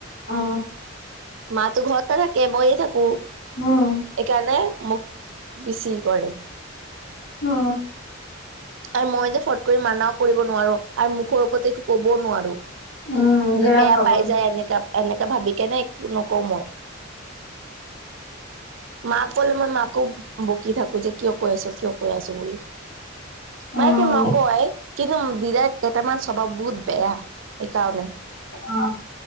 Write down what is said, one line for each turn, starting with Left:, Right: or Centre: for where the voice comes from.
Left: অ।
Right: মাতো ঘৰতে থাকে মই থাকো।
Left: <inaudible>
Right: এইকাৰণে মোক বেছি কৰে।
Left: অ।
Right: আৰু মই যে ফট কৰি মানাও কৰিব নোৱাৰো আৰু মুখৰ ওপৰতো কবও নোৱাৰো।
Left: উম,
Right: যদি বেয়া
Left: পাব।
Right: পাই যায় এনেকা এনেকা ভাবি কেনে একো নকওঁ মই। মাক কলে মই মাকো বকি থাকো যে কিয় কৈ আছ কিয় কৈ আছ বুলি।
Left: উম,
Right: মায়ে একো নকয় কিন্তু দিৰাই কেইটামান ছভাৱ বহুত বেয়া এইকাৰণে।
Left: অ।